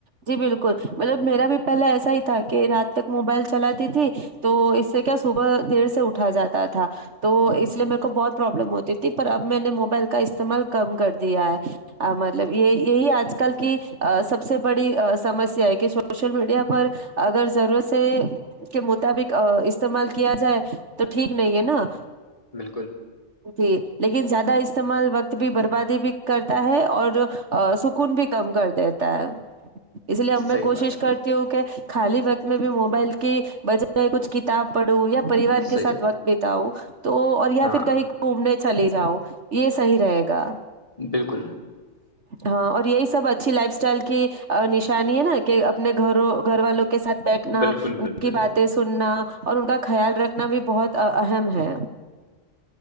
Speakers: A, on the right; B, on the left.
A: جی بالکل مطلب میرا بھی پہلا ایسا ہی تھا کہ رات تک موبائل چلاتی تھی تو اس سے کیا صبح دیر سے اٹھا جاتا تھا تو اس لیے میرے کو بہت پرابلم ہوتی تھی پر اب میں نے موبائل کا استعمال کم کر دیا ہے مطلب یہ یہی آج کل کل کی سب سے بڑیمسیا ہے کہ سوشل میڈیا پر اگر ضرورت سے کے مطابق استعمال کیا جائے تو ٹھیک نہیں ہے نا
B: بالکل
A: جی لیکن زیادہ استعمال وقت بھی بربادی بھی کرتا ہے اور سکون بھی کم کر دیتا ہے اس لیے اب
B: صحیح
A: میں کوشش
B: بات
A: کرتی ہوں کہ خالی وقت میں بھی موبائل کی بجائے کچھ ک کتاب پڑوں یا پریوار کے
B: صحیح
A: ساتھ وقت بتاؤ تو اور یا
B: ہاں
A: پھر کہیں گھومنے چلی جاؤ یہ صحیح رہے گا
B: بالکل
A: ہاں اور یہی سب اچھی لائف اسٹائل کی نشانی ہے نا کہ اپنے گھروں گھر والوں کے ساتھ بیٹھنا
B: بالکل
A: ان
B: بالکل
A: کی باتیں سننا اور ان کا خیال رکھنا بھی بہت اہم ہے